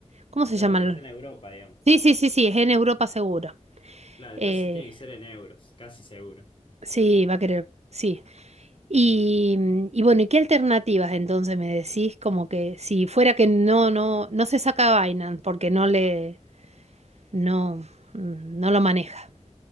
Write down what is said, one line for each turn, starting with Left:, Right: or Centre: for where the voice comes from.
Right: ¿cómo se
Left: Claro,
Right: llaman?
Left: pero está
Right: los-
Left: en Europa, digamos.
Right: Sí, sí, sí, sí, es en Europa seguro.
Left: Claro,
Right: Eh,
Left: entonces tiene que ser en euros, casi seguro.
Right: sí, va a querer, sí. Y, mm, y bueno, ¿y qué alternativas entonces me decís? Como que si fuera que no, no, no se saca Binance porque no le, no, mm, no lo maneja.